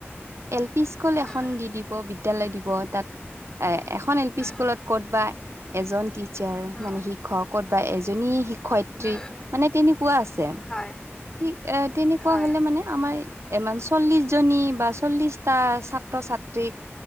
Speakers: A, on the right; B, on the left.
A: এল পি স্কুল
B: উম,
A: এখন দি দিব বিদ্যালয় দিব, তাত <unintelligible> এ এখন এলপি
B: উম,
A: স্কুলত ক'ত বা <unintelligible> এজন টিচাৰ
B: উম,
A: মানে শিক্ষক ক'ত বা এজনী শিক্ষয়িত্ৰী।
B: উম,
A: <unintelligible> মানে তেনেকুৱা আছে
B: হয়,
A: সি তেনেকুৱা
B: হয়,
A: হলে মানে। আমাৰ ইমান চল্লিশ জনী বা চল্লিশটা ছাত্ৰ- ছাত্ৰীক